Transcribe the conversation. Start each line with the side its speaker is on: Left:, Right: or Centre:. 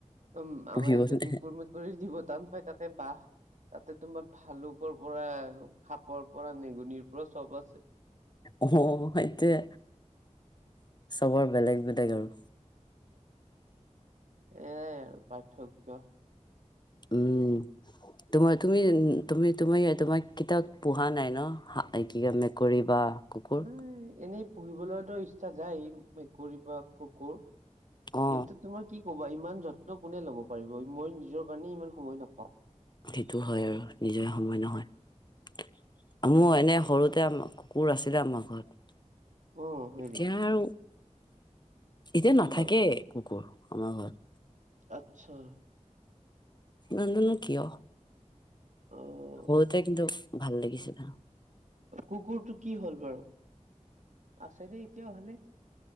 Right: উম
Left: পুহিবলে
Right: আমাৰ ইয়াতে কুকুৰ মেকুৰীৰ দিব টান পায় তাতে বাহ তাতে তোমাৰ ভালুকৰ পৰা সাপৰ পৰা নিগনিৰ পৰা চব আছে।
Left: অ সেইটোয়ে চবৰ বেলেগ বেলেগ আৰু।
Right: এয়াই আৰু পাৰ্থক্য।
Left: উম তোমাৰ তুমি তুমি তুমি তোমাৰ কেতিয়াও পুহা নাই ন এই কি কয় মেকুৰী বা কুকুৰ
Right: উম, নাই এনেই পুহিবলৈতো ইচ্ছা যায় মেকুৰী বা কুকুৰ।
Left: অ
Right: কিন্তু তোমাৰ কি কবা ইমান যত্ন কোনে লব পাৰিব মই নিজৰ কাৰণে ইমান সময় নাপাওঁ।
Left: সেইটো হয় আৰু নিজৰে সময় নহয়। মোৰ এনে সৰুতে কুকুৰ আছিলে আমাৰ ঘৰত।
Right: অ হয়
Left: এতিয়া
Right: নেকি?
Left: আৰু এতিয়া
Right: কি
Left: নাথাকে
Right: হ'ল?
Left: কুকুৰ আমাৰ ঘৰত।
Right: আচ্ছা
Left: নাজানো কিয়।
Right: অ',
Left: বহুতে কিন্তু ভাল লাগিছিল।
Right: কুকুৰটো কি হ'ল বাৰু আছে নে এতিয়াও ভালে।